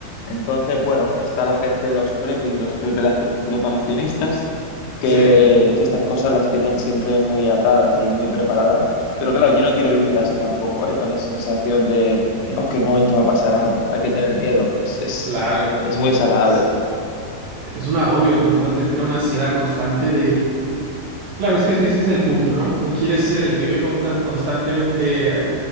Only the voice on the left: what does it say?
Entonces, bueno, está la gente, los prepis, los preparaci- preparacionistas, que,
que estas cosas las tienen siempre muy atadas y muy preparadas. Pero claro, yo no quiero vivir así tampoco, ¿eh? Con esa sensación de en cualquier momento va a pasar algo. Hay que tener miedo. Es, es,
es muy desagradable.